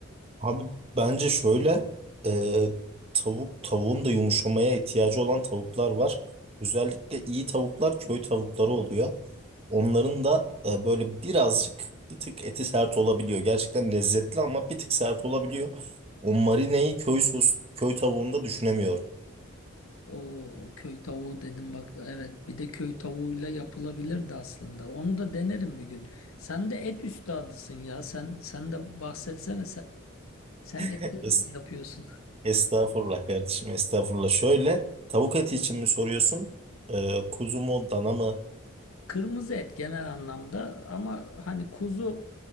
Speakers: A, on the right; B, on the left.
A: Abi bence şöyle e, tavuk tavuğun da yumuşamaya ihtiyacı olan tavuklar var. Özellikle iyi tavuklar köy tavukları oluyor. Onların da e, böyle birazcık bir tık eti sert olabiliyor. Gerçekten lezzetli ama bir tık sert olabiliyor. O marineyi köy sos köy tavuğunda düşünemiyorum.
B: O köy tavuğu dedim bak evet bir de köy tavuğuyla yapılabilirdi aslında. Onu da denerim bir gün. Sen de et üstadısın ya. Sen sen de bahsetsene sen, sen
A: <laughs>
B: eti
A: Es-
B: nasıl yapıyorsun?
A: estağfurullah kardeşim estağfurullah. Şöyle tavuk eti için mi soruyorsun? E, kuzu mu dana mı?
B: <laughs> Kırmızı et genel anlamda ama hani kuzu